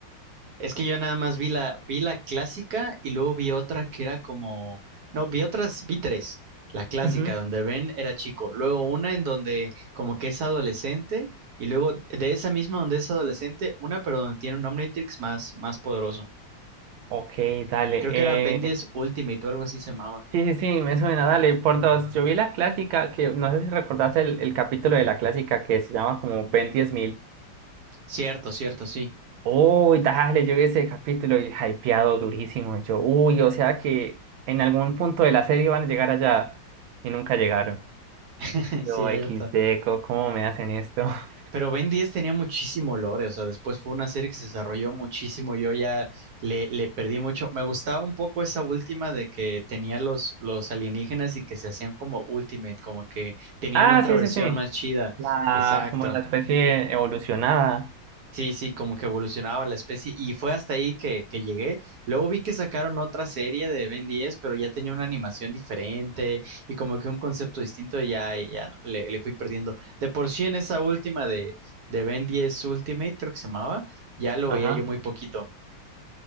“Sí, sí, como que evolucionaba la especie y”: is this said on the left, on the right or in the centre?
Right